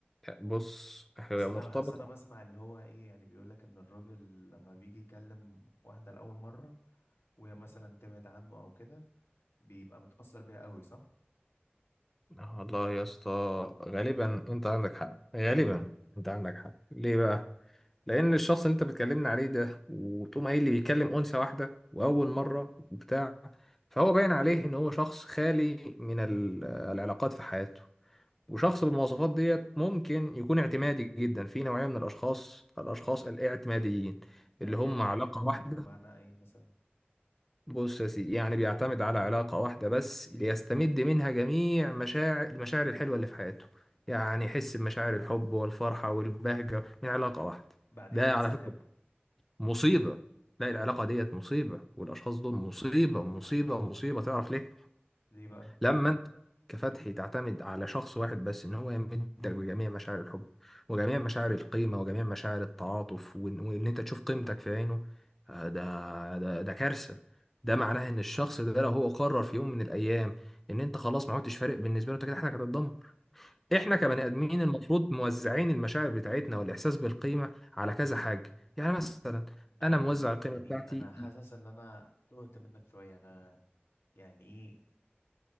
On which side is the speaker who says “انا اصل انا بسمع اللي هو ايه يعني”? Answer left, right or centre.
Left